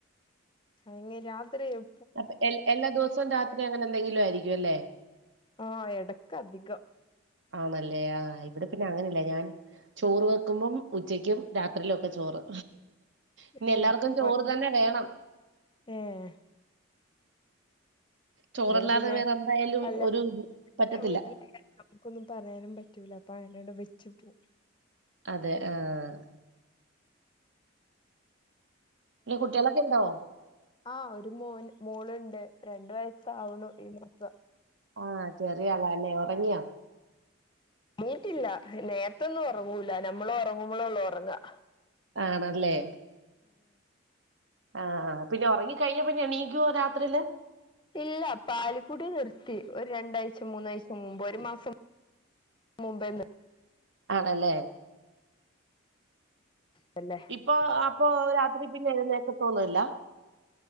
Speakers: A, on the left; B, on the right.
A: ആഹ് എങ്ങെ രാത്രിയും
B: അപ്പൊ എൽ എല്ലാ ദിവസവും രാത്രി അങ്ങനെ എന്തെങ്കിലും ആയിരിക്കും അല്ലെ
A: ആഹ് എടക്ക് അധികം
B: ആണല്ലേ ആഹ് ഇവിടെ പിന്നെ അങ്ങനെല്ല ഞാൻ. ചോറ് വെക്കുമ്പം ഉച്ചക്കും രാത്രിയിലൊക്കെ ചോറ്. പിന്നെ
A: ഏഹ്
B: എല്ലാവർക്കും
A: അപ്പൊപറ്റും
B: ചോറ് തന്നെ വേണം
A: ഏഹ്.
B: ചോറല്ലാതെ
A: ഇവിടെ പിന്നെ
B: വേറെ എന്തായാലും
A: അല്ല
B: ഒരു ഇത് പറ്റത്തില്ല
A: വീട്ടില നമുക്കൊന്നും പറയാനും പറ്റൂല അപ്പൊ അങ്ങനോവിടെ വെച്ചു പോ
B: അതെ ആഹ്. ന്ന് കുട്ടിയളൊക്കെണ്ടോ.
A: ആഹ് ഒരു മോന് മോളുണ്ട് രണ്ടു വയസ്സാവുണു ഈ മാസം.
B: ആഹ് ചെറിയാളല്ലെ ഒറങ്ങിയോ?
A: മൂട്ടില്ല നേര്ത്തൊന്നും ഒറങ്ങൂല്ലാ നമ്മളൊർങ്ങുമ്പളൊള്ളു ഒർങ്ങാ
B: ആണല്ലേ. ആഹ് പിന്നെ ഒർങ്ങിക്കഴിഞ്ഞാ പിന്നെ എണീക്കുവോ രാത്രില്.
A: ഇല്ല പാൽകുടി നിർത്തി ഒരു രണ്ടാഴ്ച മൂന്നാഴ്ച്ച മുമ്പ് ഒരു മാസം. മുമ്പേ
B: ആണല്ലേ.
A: പിന്നെ
B: ഇപ്പൊ അപ്പൊ രാത്രി പിന്നെ എഴുന്നേക്കത്തൊന്നുല്ല.